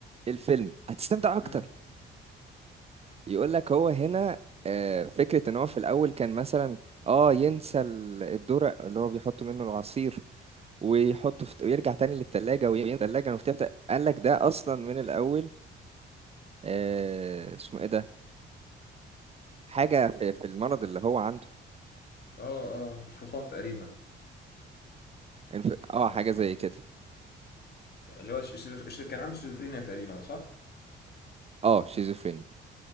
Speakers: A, on the right (about 30°); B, on the left (about 55°).
A: الفيلم هتستمتع اكتر
B: امم
A: يقول لك هو هنا آه، فكرة ان هو في الاول كان مثلا اه ينسى ال- الدرق اللي هو بيحط منه العصير ويحطه في ويرجع تاني للتلاجة وينسى التلاجة المفتوحة قال لك ده اصلا من الاول آه، اسمه ايه ده حاجة في, في المرض اللي هو عنده
B: اه اه الفصام تقريبا
A: انف- اه
B: يا
A: حاجة
B: نهار
A: زي كده
B: أبيض. اللي هو ش- شيزوف- ش- كان عنده شيزوفرينيا تقريبا صح؟
A: اه شيزوفريني